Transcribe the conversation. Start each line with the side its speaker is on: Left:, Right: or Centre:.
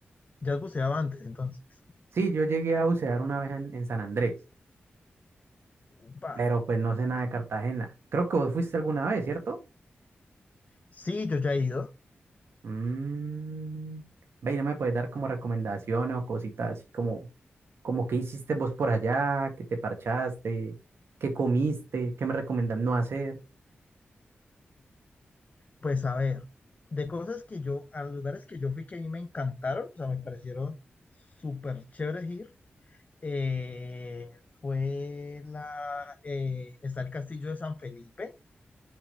Left: Ya has buceado antes, entonces.
Right: Sí, yo llegué a bucear una vez en, en San Andrés,
Left: Upa.
Right: pero pues no sé nada de Cartagena. Creo que vos fuiste alguna vez, ¿cierto?
Left: Sí, yo ya he ido.
Right: Mm, ve, ¿y no me puedes dar como recomendaciones o cositas así como, como qué hiciste vos por allá, qué te parchaste, qué comiste, qué me recomendás no hacer,
Left: Pues a ver, de cosas que yo, a los lugares que yo fui que a mí me encantaron, o sea, me parecieron súper chéveres ir. eh, fue la, eh, está el castillo de San Felipe,